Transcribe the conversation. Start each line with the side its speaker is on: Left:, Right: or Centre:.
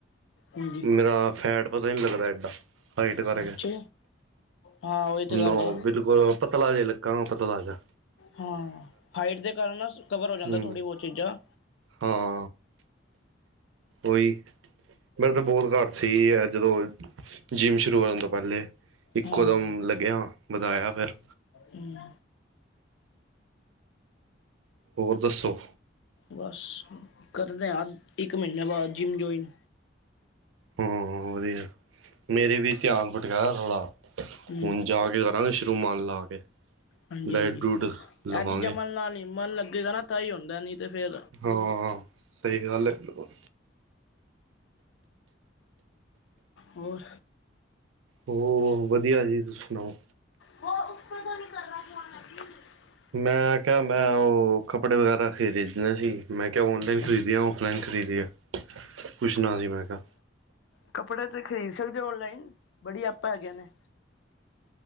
Left: ਹਾਂਜੀ।
Right: ਮੇਰਾ ਫੈਟ ਪਤਾ ਹੀ ਨਹੀਂ ਲੱਗਦਾ ਏਡਾ, ਹਾਈਟ ਕਰਕੇ।
Left: ਅੱਛਾ ਹਾਂ ਉਹੀ ਤੇ ਗੱਲਏ।
Right: ਨੋ ਪਤਲਾ ਜਾ ਲੱਗਾਗਾ ਵੀ ਪਤਲਾਜਾ।
Left: ਹਾਂ ਹਾਈਟ ਦੇ ਕਾਰਨ ਕਵਰ ਹੋ ਜਾਂਦਾ
Right: ਹੂੰ
Left: ਥੋੜ੍ਹੀ ਬਹੁਤ ਚੀਜ਼ਾਂ।
Right: ਹਾਂ। ਓਈ ਮੇਰੇ ਤੇ ਬੋਤ ਵਾਰ ਸੀ ਐ ਜਦੋਂ ਜਿੰਮ ਸ਼ੁਰੂ ਕਰਨ ਤੋਂ ਪਹਿਲ ਲੇ ਇੱਕੋ
Left: ਹਾਂ
Right: ਦਮ ਲੱਗਿਆ ਵਧਾਇਆ ਫਿਰ
Left: ਹਮ।
Right: ਹੋਰ ਦੱਸੋ?
Left: ਬਸ ਕਰਦੇ ਹਾਂ ਅੱ ਇੱਕ ਮਹੀਨੇ ਬਾਅਦ ਜਿੰਮ ਜੁਆਇਨ
Right: ਹਮ ਵਧੀਆ, ਮੇਰੇ ਵੀ ਧਿਆਨ ਫਟਕਾਇਆ ਥੋੜ੍ਹਾ
Left: ਹੂੰ
Right: ਹੁਣ ਜਾ ਕੇ ਕਰਾਂਗੇ ਰੁਮਾਲ ਲਾ ਕੇ।
Left: ਹਾਂਜੀ-ਹਾਂਜੀ
Right: ਡਾਇਟ ਡੂਟ ਲਵਾਂਗੇ
Left: ਇਹ ਚੀਜ਼ਾਂ ਮਨ ਨਾਲ ਨੀ ਮਨ ਲੱਗੇਗਾ ਨਾ ਤਾਂ ਹੀ ਹੁੰਦਾਏ ਨੀ ਤੇ ਫੇਰ
Right: ਹਾਂ, ਸਹੀ ਗੱਲ ਹੈ ਬਿਲਕੁਲ।
Left: ਹੋਰ।
Right: ਹਮਮਮ, ਵਧੀਆ ਜੀ ਤੁਸੀਂ ਸੁਣਾਓ?
Left: ਵੋ ਉਸ ਪੇ ਤੋ ਨੀ ਕਰ ਰਹਾ। <unintelligible>
Right: ਮੈਂ ਕਿਹਾ, ਮੈਂ ਉਹ ਕੱਪੜੇ ਵਗੈਰਾ ਖਰੀਦਨੇ ਸੀ। ਮੈਂ ਕਿਹਾ ਔਨਲਾਈਨ
Left: ਹੋਰ
Right: ਖਰੀਦਿਏ ਔਫਲਾਈਨ ਖਰੀ ਖਰੀਦੀ ਆ, ਪੁੱਛਣਾ ਸੀ ਮੈਂ ਕਿਹਾ
Left: ਕੱਪੜੇ ਤੇ ਖਰੀਦ ਸਕਦੇ ਔਨਲਾਈਨ। ਬੜੀ ਐਪਾਂ ਹੈਗੀਆਂ ਨੇ।